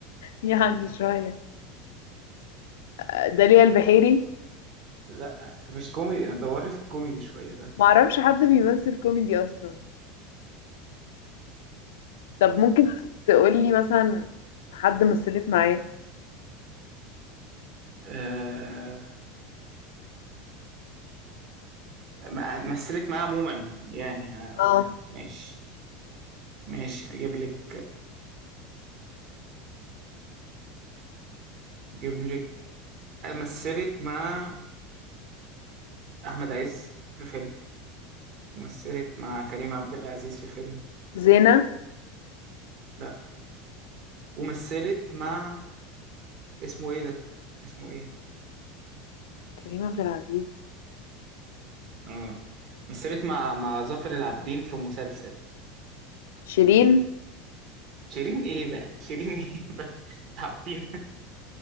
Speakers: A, on the left; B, on the right.
A: <laughs> يعني شوية آه، داليا البحيري
B: لا مش كوميدي ما تدوري في الكوميدي شويه ده
A: ما اعرفش حد بيمثل كوميدي اصلا طب ممكن تقولي مثلا حد مثلت معاه
B: آه... ما- مثلت معاه عموما يعني اه
A: اه
B: آه، ماشي ماشي اجيب لك اجيب لك مثلت مع احمد عز في فيلم ومثلت مع كريم عبد العزيز في فيلم
A: زينة
B: لا ومثلت مع اسمه ايه ده اسمه ايه
A: كريم عبد العزيز
B: اه مثلت مع مع ظافر العابدين في مسلسل
A: شيرين
B: شيرين ايه بقى شيرين ايه بقى <laughs> تعبتين